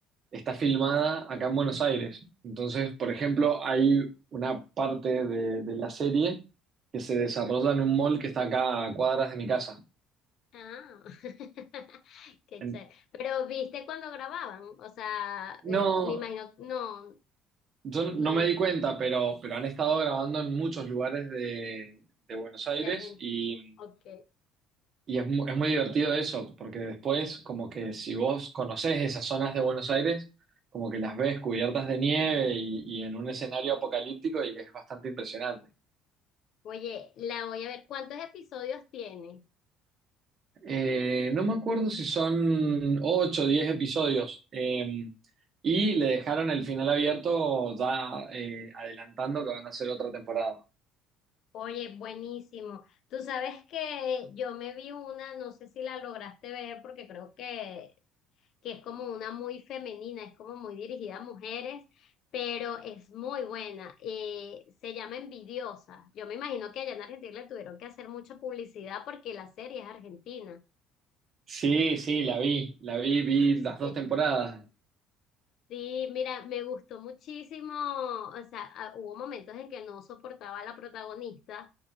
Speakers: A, on the right; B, on the left.
A: está filmada acá en Buenos Aires. Entonces, por ejemplo, hay una parte de, de la serie que se desarrolla en un mall que está acá a cuadras de mi casa.
B: Ah, <laughs> qué
A: En-
B: chévere. Pero viste cuando grababan, o sea,
A: no,
B: eh, me imagino, no,
A: yo
B: no,
A: no me di
B: no,
A: cuenta, pero, pero han estado grabando en muchos lugares de, de Buenos Aires
B: de Argentina.
A: y,
B: Ok.
A: y es, mu- es muy divertido eso, porque después como que si vos conocés esas zonas de Buenos Aires, como que las ves cubiertas de nieve
B: <laughs>
A: y y en un escenario apocalíptico y es bastante impresionante.
B: Oye, la voy a ver. ¿Cuántos episodios tiene?
A: Eh, no me acuerdo si son 8, o 10 episodios. eh, y le dejaron el final abierto ya eh, adelantando que van a hacer otra temporada.
B: Oye, buenísimo. Tú sabes que yo me vi una, no sé si la lograste ver porque creo que que es como una muy femenina, es como muy dirigida a mujeres, pero es muy buena. Eh, se llama Envidiosa. Yo me imagino que allá en Argentina le tuvieron que hacer mucha publicidad porque la serie es argentina.
A: Sí, sí, la vi, la vi, vi
B: <laughs>
A: las dos temporadas.
B: Sí, mira, me gustó muchísimo, o sea, ah, hubo momentos en que no soportaba a la protagonista,